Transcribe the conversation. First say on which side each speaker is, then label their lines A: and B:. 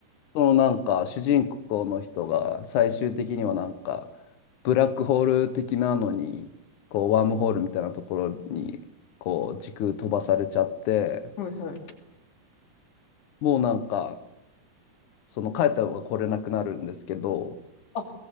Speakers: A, on the left (about 65°); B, on the left (about 85°).
A: そのなんか主人公の人が最終的にはなんかブラックホール的なのに、こうワームホールみたいなところにこう時空飛ばされちゃって、
B: ん。はいはい。
A: もうなんかその帰った方が来れなくなるんですけど、
B: あ、